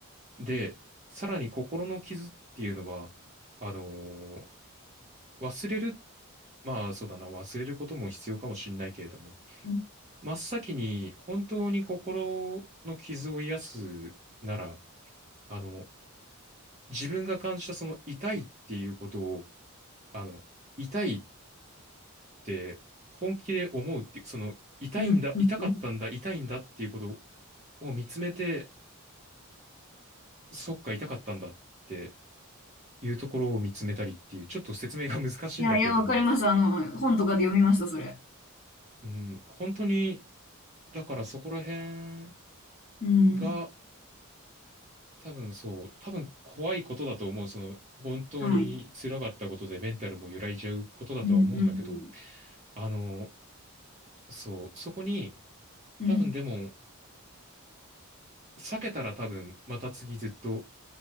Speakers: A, on the right; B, on the left.
A: で、さらに心の傷っていうのは、あのー忘れる、まあ、そうだな、忘れることも必要かもしれないけれども、
B: うん。
A: 真っ先に本当に心の傷を癒すなら、あの、自分が感じたその痛いっていうことを、あの、痛いって本気で思うっていう、その痛いんだ、
B: うん。うんうん
A: 痛かったんだ、痛いんだっていうことを見つめて、そっか、痛かったんだっていうところを見つめたりっていう、ちょっと説明が難しいんだけれども、
B: いや、いや、わかります。あの、本とかで読みました、それ。
A: うん、本当に、だからそこら辺
B: うん。
A: が、多分そう、多分怖いことだと思う。その、本当に辛かったことでメンタルも揺らいじゃうことだとは思うんだけど、
B: はい。うん。うん。
A: あの、そう、そこに、
B: うん。
A: 多分でも、
B: うん
A: 避けたら多分、また次ずっと